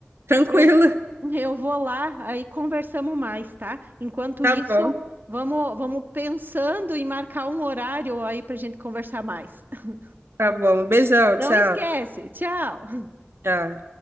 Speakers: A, on the right; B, on the right.
A: Tranquilo.
B: Eu, eu vou lá, aí conversamos mais, tá? Enquanto
A: Tá
B: isso,
A: bom,
B: vamos, vamos pensando em marcar um horário aí pra gente conversar mais. <laughs>
A: tá bom. Beijão,
B: Não
A: tchau,
B: esquece, tchau!
A: tchau.